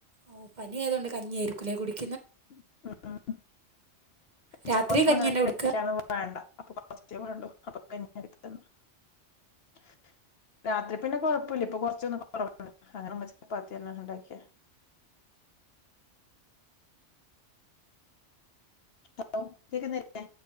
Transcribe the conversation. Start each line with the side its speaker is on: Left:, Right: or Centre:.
Right: ഓ പനിിയായതുകൊണ്ട് കഞ്ഞിയ ആായിരിക്കു ലേ കുടി
Left: <unintelligible>
Right: രാത്രി കഞ്ഞി തന്നെ കുടിക്കുക
Left: <unintelligible>
Right: <inaudible>
Left: രാത്രി പിന്നെ കൊഴപ്പമില്ല ഇപ്പൊ കൊറച്ചൊന്നും കൊറവണ്ട് അങ്ങനെമ്മ ചപ്പാത്തി തന്നെ ഉണ്ടാക്കിയെ ഹലോ കേക്കുന്നില്ലേ